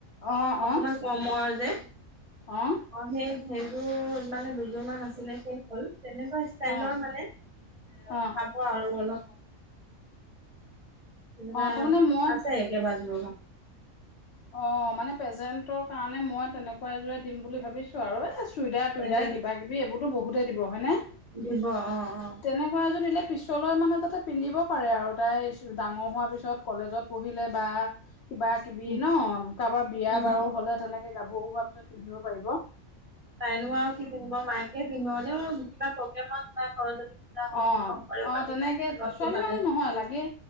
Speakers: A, on the left; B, on the right.
A: অ
B: অকমান
A: অ
B: কমৰ যে।
A: অ
B: অঁ সেই সেইযোৰ মানে দুযোৰ মান আছিলে শেষ হ'ল। তেনেকুৱা চাইলৰ
A: অ
B: মানে এ
A: অ
B: পাব আৰু অলপ। যেনিবা
A: অ তাৰমানে মই
B: আছে, একে বাজোৰৰ
A: অঁ, মানে প্ৰেজেন্টৰ কাৰণে মই তেনেকুৱা এযোৰে দিম বুলি ভাবিছো আৰু এ চু চইদাৰ
B: চেণ্ডেল
A: টুইদাৰ কিবা কিবি এইবোৰতো বহুতেই দিব হয়নে।
B: দিব অঁ অঁ।
A: তেনেকুৱা এযোৰ দিলে পিছলৈ মানে তাতে পিন্ধিব পাৰে আৰু তাই ডাঙৰ হোৱাৰ পিছত। কলেজত পঢ়িলে বা, কিবা কিবি
B: উম
A: ন কাৰোবাৰ বিয়া
B: উম,
A: বাৰু হলে তেনেকে গাভৰু হোৱাৰ পিছত পিন্ধিব পাৰিব।।
B: তাইনো আৰু কি পিন্ধিব মাকে পিন্ধিব কিবা প্ৰগ্ৰেমত বা ঘৰত হওঁক
A: অ
B: শংকৰ দেৱৰ
A: অ
B: তিথিয়ে
A: তেনেকে
B: হওঁক,
A: ছোৱালী
B: ইভাগে
A: মানুহ নহয় লাগে